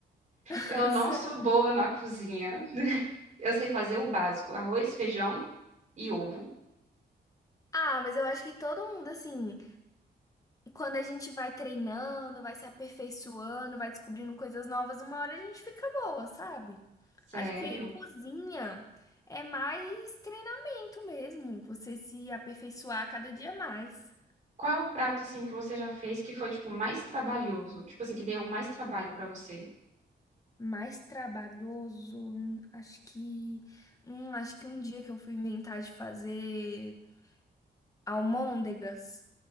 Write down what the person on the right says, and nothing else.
eu não
sou boa na cozinha. Eu sei fazer o básico, arroz, feijão e ovo.
Sério?
Qual é o prato assim que você já fez que foi tipo mais trabalhoso? Tipo assim, que deu mais trabalho para você?